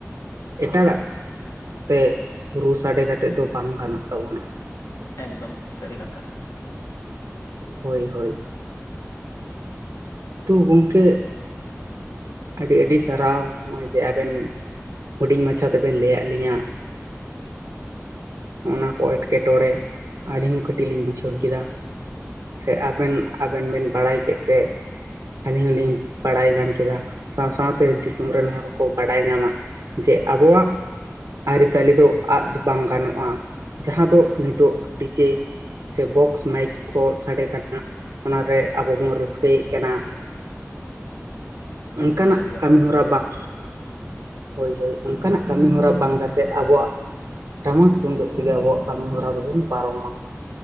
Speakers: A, on the right; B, on the left.
A: ᱮᱴᱟᱜᱟᱜ ᱛᱮ ᱨᱩ ᱥᱟᱰᱮ ᱠᱟᱛᱮᱫ ᱫᱚ ᱵᱟᱝ ᱜᱟᱱᱚᱜ ᱛᱟᱵᱚᱱᱟ᱾
B: ᱮᱠᱫᱚᱢ ᱥᱟᱹᱨᱤ ᱠᱟᱛᱷᱟ᱾
A: ᱦᱳᱭ ᱦᱳᱭ᱾ ᱛᱚ ᱜᱚᱢᱠᱮ, ᱟᱹᱰᱤ ᱟᱹᱰᱤ ᱥᱟᱨᱦᱟᱣ ᱦᱚᱸᱜᱼᱚᱭ ᱡᱮ ᱟᱵᱮᱱ ᱦᱩᱰᱤᱧ ᱢᱟᱪᱷᱟ ᱛᱮᱵᱮᱱ ᱞᱟᱹᱭᱟᱫ ᱞᱤᱧᱟᱹ᱾ ᱚᱱᱟ ᱠᱚ ᱮᱸᱴᱠᱮᱴᱚᱬᱮ ᱟᱞᱤᱧ ᱦᱚᱸ ᱠᱟᱹᱴᱤᱡ ᱞᱤᱧ ᱵᱩᱡᱷᱟᱹᱣ ᱠᱮᱫᱟ ᱾ ᱥᱮ ᱟᱵᱮᱱ ᱟᱵᱮᱱ ᱵᱮᱱ ᱵᱟᱲᱟᱭ ᱠᱮᱫ ᱛᱮ ᱟᱹᱞᱤᱧ ᱦᱚᱞᱤᱧ ᱵᱟᱲᱟᱭ ᱧᱟᱢ ᱠᱮᱫᱟ ᱾ ᱥᱟᱶ ᱥᱟᱶᱛᱮ ᱫᱤᱥᱚᱢ ᱨᱮᱱ ᱦᱚᱲ ᱠᱚ ᱵᱟᱰᱟᱭ ᱧᱟᱢᱟ ᱡᱮ ᱟᱵᱚᱣᱟᱜ ᱟᱹᱨᱤᱪᱟᱹᱞᱤ ᱫᱚ ᱟᱫ ᱵᱟᱝ ᱜᱟᱱᱚᱜᱼᱟ, ᱡᱟᱦᱟᱸ ᱫᱚ ᱱᱤᱛᱚᱜ ᱰᱤᱡᱮ ᱥᱮ ᱵᱚᱠᱥ ᱢᱟᱭᱤᱠ ᱠᱚ ᱥᱟᱰᱮ ᱠᱟᱱᱟ ᱚᱱᱟ ᱨᱮ ᱟᱵᱚ ᱵᱚᱱ ᱨᱟᱹᱥᱠᱟᱹᱭᱮᱫ ᱠᱟᱱᱟ ᱾ ᱚᱱᱠᱟ
B: ᱮᱠᱫᱚᱢ
A: ᱱᱟᱜ
B: ᱥᱟᱹᱨᱤ ᱠᱟᱛᱷᱟ
A: ᱠᱟᱹᱢᱤ
B: ᱠᱟᱱᱟ
A: ᱦᱚᱨᱟ ᱵᱟᱝ, ᱦᱳᱭ ᱦᱳᱭ ᱚᱱᱠᱟ ᱱᱟᱜ ᱠᱟᱹᱢᱤ ᱦᱚᱨᱟ ᱵᱟᱝ ᱠᱟᱛᱮᱜᱼᱼ ᱠᱟᱛᱮᱜ ᱟᱵᱚᱣᱟᱜ ᱴᱟᱢᱟᱠ ᱛᱩᱢᱫᱟᱹᱜ ᱛᱮᱜᱮ ᱟᱵᱚᱣᱟᱜ ᱠᱟᱹᱢᱤ ᱦᱚᱨᱟ ᱫᱚᱵᱚᱱ ᱯᱟᱨᱚᱢᱟ ᱾